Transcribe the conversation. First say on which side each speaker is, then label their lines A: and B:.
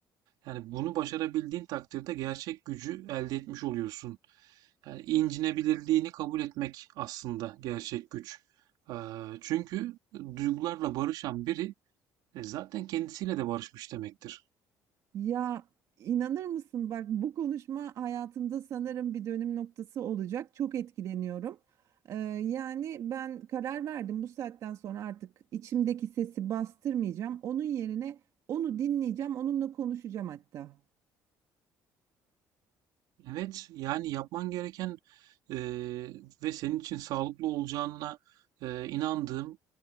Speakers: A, on the right; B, on the right.
A: Yani bunu başarabildiğin takdirde gerçek gücü elde etmiş oluyorsun. Yani incinebilirliğini kabul etmek aslında gerçek güç. Ee, çünkü duygularla barışan biri e, zaten kendisiyle de barışmış demektir.
B: Ya inanır mısın bak bu konuşma hayatımda sanırım bir dönüm noktası olacak. Çok etkileniyorum. Ee, yani ben karar verdim bu saatten sonra artık içimdeki sesi bastırmayacağım. Onun yerine onu dinleyeceğim, onunla konuşacağım hatta.
A: Evet, yani yapman gereken e, ve senin için sağlıklı olacağına e, inandığım,